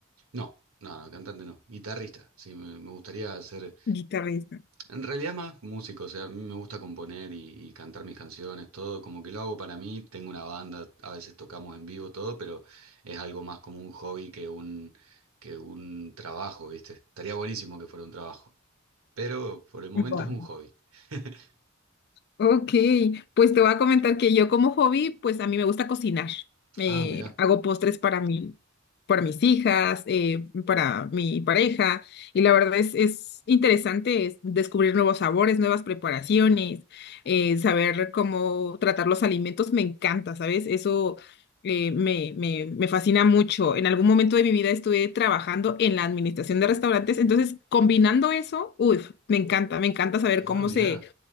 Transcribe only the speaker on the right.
No, no, no, cantante no, guitarrista, sí, me, me gustaría ser
En realidad más músico, o sea, a mí me gusta componer y, y cantar mis canciones, todo, como que lo hago para mí, tengo una banda, a veces tocamos en vivo todo, pero es algo más como un hobby que un, que un trabajo, ¿viste? Estaría buenísimo que fuera un trabajo, pero por el momento
es un hobby. <laughs>
Ah, mirá,
ah,
mirá,